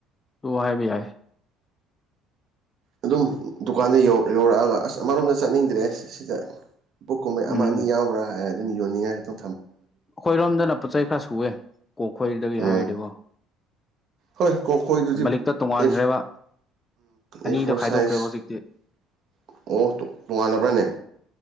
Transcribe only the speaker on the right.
ꯑꯗꯨꯝ ꯗꯨꯀꯥꯟꯗ ꯌꯧꯔꯛꯑꯒ ꯑꯁ ꯑꯃꯔꯣꯝꯗ ꯆꯠꯅꯤꯡꯗ꯭ꯔꯦ ꯁꯤꯗ ꯕꯨꯛ ꯀꯨꯝꯕꯩ ꯑꯃ
ꯑꯅꯤ
ꯌꯥꯎꯕ꯭ꯔꯥ ꯍꯥꯏꯅ ꯑꯗꯨꯝ ꯌꯣꯟꯅꯤꯡꯉꯥꯏ ꯈꯤꯇ
ꯎꯝ
ꯍꯣꯏ ꯀꯣꯈꯣꯏ ꯑꯗꯨꯗꯤ
ꯎ
ꯏ ꯐꯣꯔ
ꯁꯥꯏꯖ
ꯑꯣ ꯇꯣꯉꯥꯟꯅꯕ꯭ꯔꯥꯅꯦ